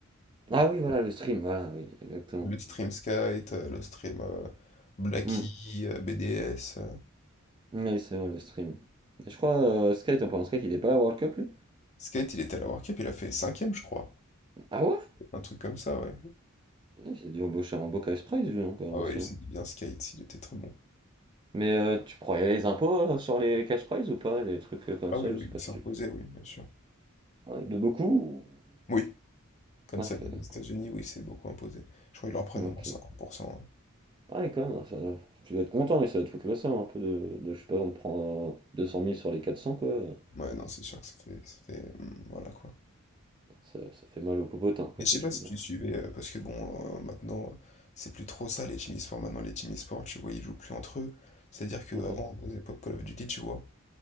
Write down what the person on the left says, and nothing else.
Le stream Skate, euh, le stream euh, Blacky,
euh, BDS. euh.
Skate, il était à la World Cup, il a fait cinquième je crois.
Un truc comme ça, ouais.
Ah ouais,
il
s'est dit bien Skate, il était très bon.
Ah
oui, oui,
il s'est
imposé, oui, bien sûr.
Oui. Comme
ça
vient des États-Unis, oui, c'est beaucoup imposé. Je crois qu'ils leur prennent
au
moins 50%.
Ouais, non, c'est sûr que ça fait, ça fait, hum, voilà quoi.
Et je
sais pas
si
tu
suivais, euh, parce que bon, euh, maintenant, euh, c'est plus trop ça les team e-sport. Maintenant, les team e-sport, tu vois, ils jouent plus entre eux. C'est-à-dire que
avant, aux époques Call of Duty, tu vois,